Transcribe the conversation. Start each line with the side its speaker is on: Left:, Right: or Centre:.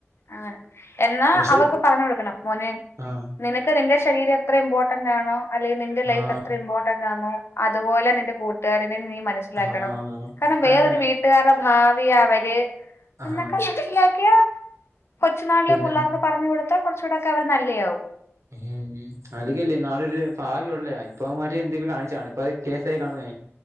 Left: അങ്ങനെ എന്നാ
Right: പക്ഷെ
Left: അവർക്ക് പറഞ്ഞുകൊടുക്കണം മോനെ
Right: ആ
Left: നിനക് ക്ക് നിന്റെ ശരീരം എത്ര ഇമ്പോർട്ടന്റാണോ അല്ലെങ്കി നിന്റെ ലൈഫ്
Right: ആ
Left: എത്ര ഇമ്പോ ന്റാന്നൊ അതുപോലെ നിന്റെ കൂട്ടുകാരനെ നീ മനസിലാക്കണം
Right: ആ
Left: കാരണം വേറൊരു
Right: തന്നെ
Left: വീട് ട്ട്കാരെ ഭാവിയ അവര്
Right: ആ
Left: എന്നൊക്കെ മനസ്സിലാക്കിയാ കൊച്ചുനാളിലെ
Right: പിന്നെ
Left: പുള്ളേർക്ക് പറഞ്ഞ് കൊടുത്താ കുറച്ചൂടെക്കെ അവര് നല്ലയാവും
Right: <unintelligible> അതികല്ലേ നാളൊരു ഭാവിയുള്ളയാ ഇപ്പവൻമാര് എന്തൊക്കെ കാണിച്ചാണ് ഇപ്പത് കേസ് ആയി കാണുവെ